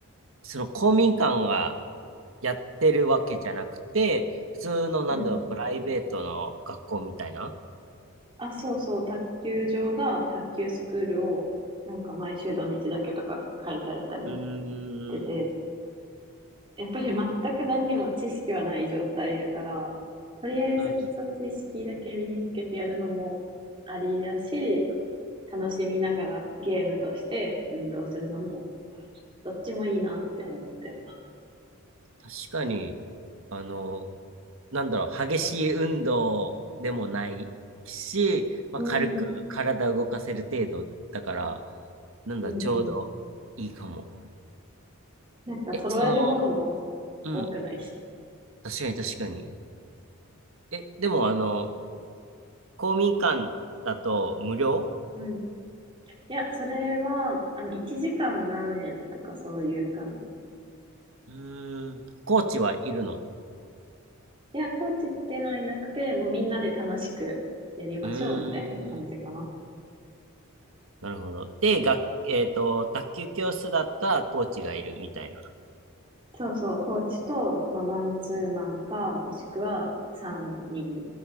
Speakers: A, on the right; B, on the right.
A: その公民館がやってるわけじゃなくて、普通の、なんだろう、
B: うん。
A: プライベートの学校みたいな。
B: あ、そうそう、卓球場が卓球スクールを、なんか毎週土日だけとか開催したりもし
A: うーん、
B: てて、やっぱり全く何にも知識はない状態やから、とりあえず基礎知識だけ身につけてやるのもありだし、
A: うん、
B: 楽しみながらゲームとして運動するのも、どっちもいいなって思って。
A: 確かに、
B: う
A: あの、なんだろう、激しい運動でもないし、まあ、
B: ん、
A: 軽く体動かせる程度だから、なんだ、
B: うん、
A: ちょうどいいかも。
B: うん。なんか揃えるものも
A: え、その、
B: 多くないし。
A: うん、確かに確かに。え、でもあの、公民館だと無料
B: うんいや、それは、あの、1時間何円とかそういう感じ。
A: うーん、コーチはいるの
B: いや、コーチっていうのはいなくて、もうみんなで楽しくやりましょうみたいな感じかな。
A: うーん、なるほど。で、学えっと、卓球教室だったらコーチがいるみたいな。
B: そうそう、コーチと、まあ、マンツーマンか、もしくは3人